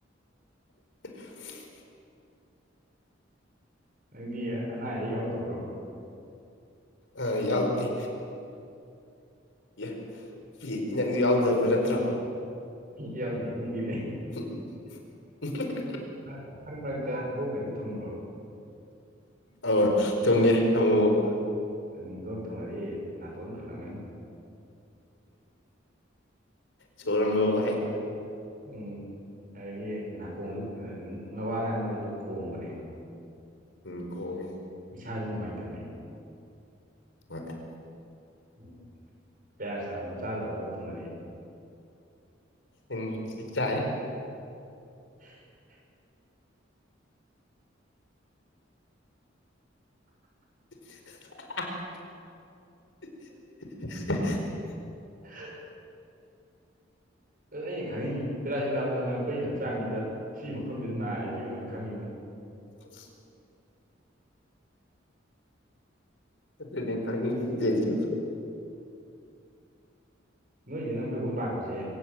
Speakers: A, on the left; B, on the right.
A: <unintelligible>
B: ꯅꯪꯗꯤ ꯑꯅꯥ ꯑꯌꯦꯛ ꯌꯥꯎꯗꯕ꯭ꯔꯣ
A: ꯑ ꯌꯥꯎꯗꯤꯦ ꯑꯦ ꯄꯤ ꯏꯅꯪꯁꯨ ꯌꯥꯎꯗꯕ꯭ꯔꯥ ꯅꯠꯇ꯭ꯔꯣ
B: ꯌꯥꯎꯗꯦ ꯅꯨꯡꯗꯤ ꯂꯩ
A: <unintelligible>
B: ꯃꯔꯛ ꯃꯔꯛꯇ ꯂꯣꯛꯀꯗꯤ ꯊꯨꯡꯕ꯭ꯔꯣ
A: ꯑꯥ ꯊꯨꯡꯉꯦ ꯑꯃꯨ ꯃꯨꯛ
B: ꯎꯝ ꯂꯣꯛ ꯊꯨꯡꯉꯗꯤ ꯅꯥꯇꯣꯟ ꯐꯨꯜꯂꯝꯒꯅꯤ
A: ꯁꯣꯔ ꯍꯣꯟꯕ ꯋꯥꯏ
B: ꯍꯣꯏ ꯎꯝ ꯑꯗꯒꯤ ꯅꯥꯀꯣꯡꯗꯨ ꯉꯋꯥ ꯉꯥꯡꯕꯗꯗꯨ ꯈꯣꯡꯕꯅꯦ
A: ꯎꯝ ꯈꯣꯡꯉꯤ
B: ꯏꯁꯥꯖꯨ ꯅꯨꯡꯉꯥꯏꯇꯕꯅꯤ
A: ꯍꯣꯏ
B: ꯎꯝ ꯄꯦꯔꯥ ꯁꯤꯇꯥꯃꯣꯜ ꯆꯥꯗ꯭ꯔ ꯂꯣꯛ ꯊꯨꯡꯉꯗꯤ
A: ꯎꯝ ꯆꯥꯏ
B: <inaudible>
A: <unintelligible>
B: <unintelligible> ꯑꯗ ꯑꯩꯅ ꯈꯪꯅꯤꯡꯉꯤꯖꯤ ꯄꯦꯔꯥꯁꯤꯇꯥꯃꯣꯜꯅ ꯑꯩꯈꯣꯏꯒꯤ ꯍꯛꯆꯥꯡꯖꯤꯗ ꯁꯤ ꯃꯐꯝꯖꯤꯗ ꯅꯥꯔꯤꯖꯦ ꯀꯃꯥꯏꯅ ꯈꯪꯉꯤꯅꯣ
A: <unintelligible> ꯑꯗꯨꯅꯦ ꯈꯪꯅꯤꯡꯉꯤꯖꯦ ꯑꯩꯖꯨ
B: ꯅꯣꯏꯗꯩꯅ ꯑꯩꯈꯣꯏꯕꯥꯎ ꯂꯥꯛꯄꯖꯦ